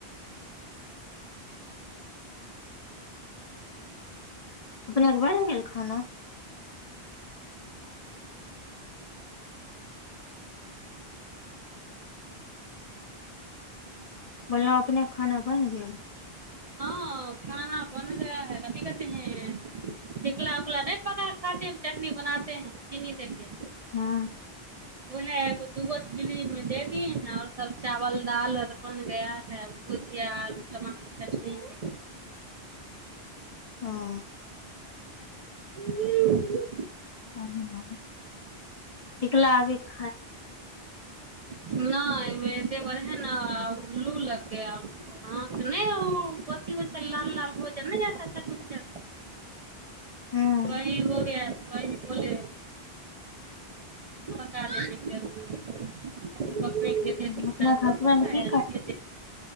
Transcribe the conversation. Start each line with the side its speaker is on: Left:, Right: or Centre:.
Left: अपनेके बनि गेल खाना। बोललउ अपने क खाना बनि गेल।
Right: ह खाना बन गया है कथी कहते है। टिकला उकला नहि पकाक खाते चटनी बनाते हैं चीनी देके।
Left: हुँ।
Right: उहै एगो दूगो चुली में दे दिए हैं और सब चावल दाल आओर बन गया है। भुजिया आ टमाटर के चटनी।
Left: हँ।
Right: ह
Left: ह हम ह‌ टिकला अभी <inaudible>
Right: नय मेरे देबर है न लू लग‌ गया उनको। हँ त नहि लाल लाल भोजन ने जा जा
Left: हूँ
Right: <inaudible> वहि
Left: ह
Right: हो गया तो वहि बोले। पका देने के लिए। पप्पे के
Left: अपने खसबे मे की
Right: <inaudible>